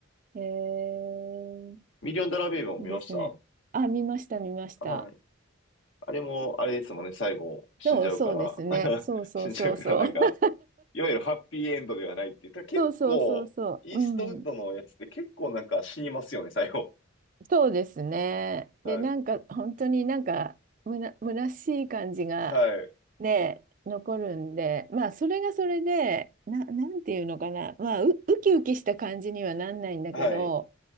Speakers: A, on the right; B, on the left.
A: ー、えー。
B: ミリオンダラーベイビーも見ました
A: ですね。あ、見ました、見ました。
B: はい。あれも、あれですもんね。最後、死んじゃうから。
A: そう、そうですね。
B: <laughs>
A: そうそうそうそう。
B: 死んじゃうからなんか、
A: <laughs>
B: いわゆるハッピーエンドではないっていう。ただ結構、
A: そうそうそうそう。
B: イーストウッドのやつって結構なんか死にますよね、
A: うん。
B: 最後。
A: そうですね。
B: はい。
A: で、なんか、本当になんか、むな、虚しい感じが、
B: はい。
A: ね、残るんで、まあ、それがそれで、な、なんていうのかな。まあ、う、ウキウキした感じにはなんないんだけど、
B: はい。